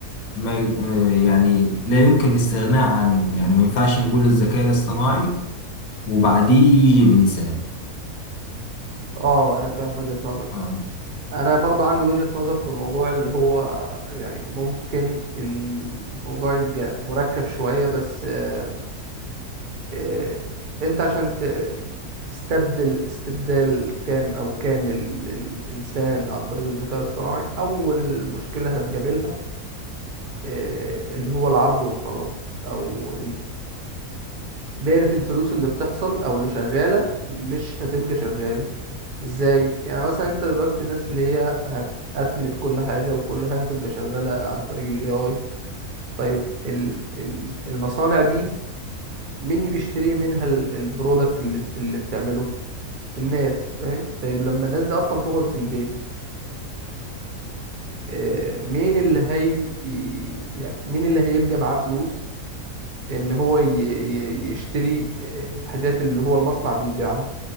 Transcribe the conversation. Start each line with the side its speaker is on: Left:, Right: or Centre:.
Left: ما يعني لا يمكن الاستغناء عنه يعني ما ينفعش نقول الذكاء الاصطناعي وبعديه يجي الإنسان
Right: اه انا فاهم وجهة نظرك
Left: آه.
Right: انا برضو عندي وجهة نظر في الموضوع اللي هو يعني ممكن الموضوع يبقى مركب شوية بس آه، آه، انت عشان ت- تستبدل استبدال تام او كامل للانسان عن طريق الذكاء الصناعي اول مشكلة هتقابلها آه، اللي هو العرض والطلب او دايرة الفلوس اللي بتحصل او اللي شغالة مش هتبقى شغالة ازاي يعني مثلا انت دلوقتي الناس اللي هي هتأتمت كل حاجة وكل حاجة هتبقى شغالة عن طريق الاي اي طيب ال ال المصانع دي مين اللي بيشتري منها ال- البرودكت اللي اللي بتعمله الناس فاهم طيب لما الناس دي اصلا تقعد في البيت آه، مين اللي هي يعني مين اللي هيبقى معاه فلوس ان هو ي- ي- يشتري آه، الحاجات اللي هو المصنع بيبيعها